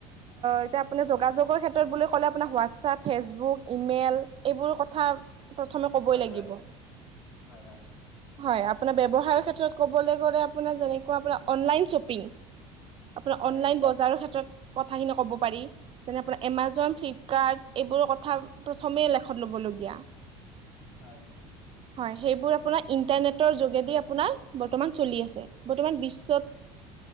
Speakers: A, on the right (about 40°); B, on the left (about 75°).
A: এতিয়া আপুনি যোগাযোগৰ ক্ষেত্ৰত বুলি ক'লে আপোনাৰ হোৱাটছআপ ফেচবুক ইমেইল এইবোৰ কথা প্ৰথমে কবই
B: হয়
A: লাগিব।
B: হয় হয় হয়
A: হয় আপোনাৰ ব্যৱসায়ৰ ক্ষেত্ৰত ক'বলৈ গ'লে আপোনাৰ যেনেকুৱা আপোনাৰ অনলাইন শ্বপিং, আপোনাৰ
B: হয়
A: অনলাইন বজাৰ ক্ষেত্ৰত কথা খিনি কব পাৰি। আপোনাৰ এমাজন, ফ্লিপকাৰ্ট এইবোৰ কথা প্ৰথমে লেখত ল'বলগীয়া।
B: হয়।
A: হয় সেইবোৰ আপোনাৰ ইন্টাৰনেটৰ যোগেদি আপোনাৰ বৰ্তমান চলি আছে। বৰ্তমান বিশ্বত